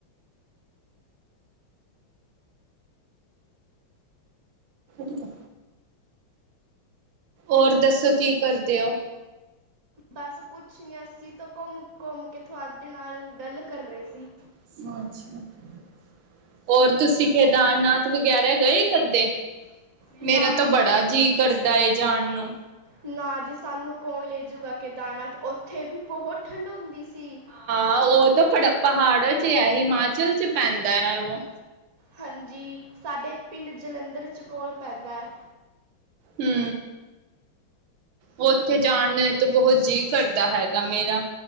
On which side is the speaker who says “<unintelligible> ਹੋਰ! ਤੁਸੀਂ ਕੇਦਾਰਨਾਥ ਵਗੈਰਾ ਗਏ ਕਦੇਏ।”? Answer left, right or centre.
Right